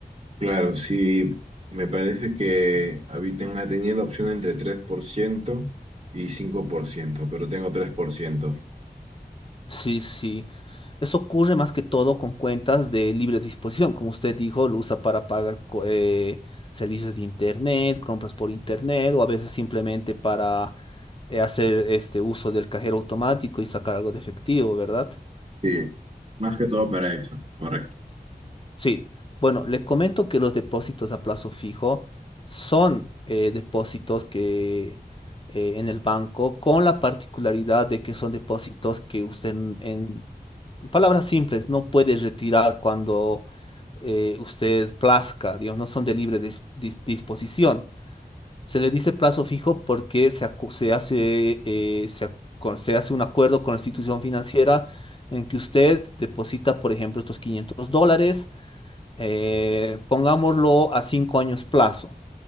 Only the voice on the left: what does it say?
Sí, sí. Eso ocurre más que todo con cuentas de libre disposición. Como usted dijo, lo usa para pagar co- eh, servicios de internet, compras por internet o a veces simplemente para eh, hacer este uso del cajero automático y sacar algo de efectivo, ¿verdad?
Sí. Bueno, le comento que los depósitos a plazo fijo son eh, depósitos que eh, en el banco con la particularidad de que son depósitos que usted en palabras simples no puede retirar cuando eh, usted plazca, digamos, no son de libre dis- dis- disposición. Se le dice plazo fijo porque se, acu- se hace, eh, se, ac- se hace un acuerdo con la institución financiera en que usted deposita, por ejemplo, estos 500 dólares, eh, pongámoslo a cinco años plazo.